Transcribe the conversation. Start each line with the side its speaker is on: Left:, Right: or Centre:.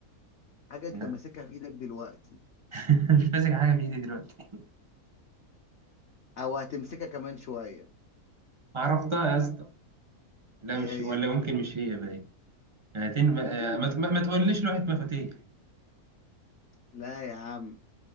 Left: حاجه انت
Right: يا.
Left: ماسكها في ايدك دلوقتي
Right: <laughs> مش ماسك حاجة بإيدي دلوقتي
Left: او هتمسكها كمان شويه
Right: عرفتها يا اسطى لا
Left: ايه
Right: مش ولا
Left: هي
Right: ممكن مش هي باين هاتين ما,
Left: قول
Right: ما, ما ما تقوليش لوحة مفاتيح
Left: لا يا عم